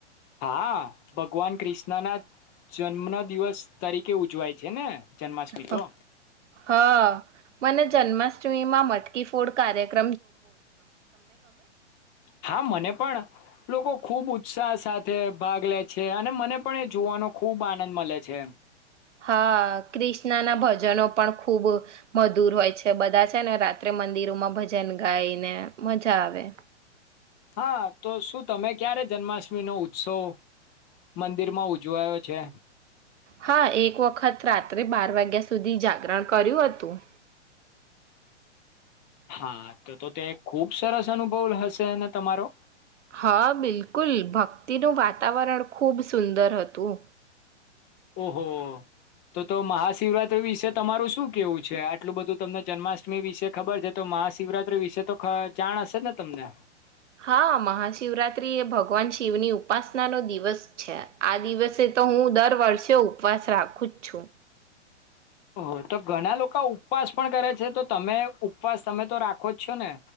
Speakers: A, on the left; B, on the right.
A: હા ભગવાન ક્રષ્ણ ના જન્મ દિવસ તરીકે ઉજવાય છે ને જન્માષ્ટમી
B: હ-
A: તો
B: હા મને જન્માષ્ટમી માં મટકી ફોડ કાર્યક્ર
A: હા મને પણ લોકો ખુબ ઉત્સાહ સાથે ભાગ લે છે અને મને પણ એ જોવાનો ખુબ આનંદ મળે છે
B: હા ક્રિષ્ણા ના ભજનો પણ ખ ખૂબ મધુર હોય છે બધા છે ને રાત્રે મંદિરોમાં ભજન ગાઈને મજા આવે
A: હા તો શું તમે ક્યારે જન્માષ્ટમી નો ઉત્સવ મંદિરમાં ઉજવાયો છે
B: હા એક વખત રાત્રે બાર વાગ્યા સુધી જાગરણ કર્યું હતું
A: હા તો તો તે ખુબ સરસ અનુભવ હશે ને તમારો
B: હા બિલકુલ ભક્તિનું વાતાવરણ ખુબ સુંદર હતું
A: ઓહો તો તો મહાશિવરાત્રી વિશે તમારું શું કેવું છે આટલું બધું તમને જન્માષ્ટમી વિશે ખબર છે તો મહાશિવરાત્રી વિશે તો અ જાણ હશે ને તમને
B: હા મહાશિવરાત્રી એ ભગવાન શિવની ઉપાસના નો દિવસ છે આ દિવસે તો હું દર વર્ષે ઉપવાસ રાખું જ છું
A: ઓ તો ઘણા લોકો ઉપવાસ પણ કરે છે તો તમે ઉપવાસ તમે તો રાખો જ છો ને